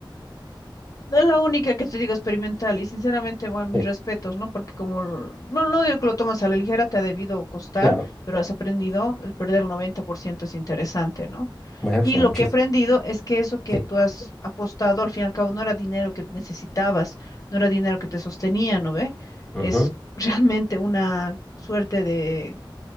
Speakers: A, on the left; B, in the centre.
A: no Es la única que te digo experimental y sinceramente, bueno,
B: Sí,
A: mis respetos, ¿no? Porque como l- no, no digo que lo tomas a la ligera, te ha debido costar,
B: claro,
A: pero has aprendido, el perder el 90% es interesante, ¿no?
B: bueno,
A: Y
B: sí, muchísimo.
A: lo que he aprendido es que eso que
B: Sí,
A: tú has apostado, al fin y al cabo, no era dinero que necesitabas, no era dinero que te sostenía, ¿no ve?
B: ujú,
A: Es <laughs> realmente una suerte de,